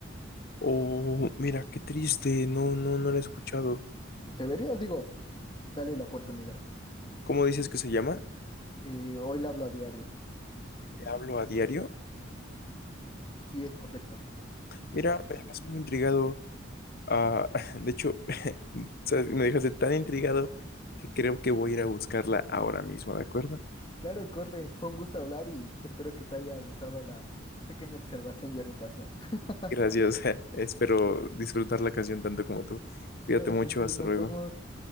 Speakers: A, on the left; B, on the left.
A: Oh, mira, qué triste. No, no, no la he escuchado.
B: Deberías, digo, dale la oportunidad.
A: ¿Cómo dices que se llama?
B: Eh, Hoy le hablo a diario.
A: ¿Te hablo a diario?
B: Sí, es correcto.
A: Mira, me dejas muy intrigado. Ah, <laughs> de hecho, <laughs> ¿sabes? Me dejaste tan intrigado que creo que voy a ir a buscarla ahora mismo, ¿de acuerdo?
B: Claro, corre. Fue un gusto hablar y espero que te haya gustado la pequeña observación y orientación. <laughs>
A: Gracias. <laughs> Espero disfrutar la canción tanto como tú. Cuídate
B: Claro
A: mucho.
B: que sí,
A: Hasta
B: nos
A: luego.
B: vemos.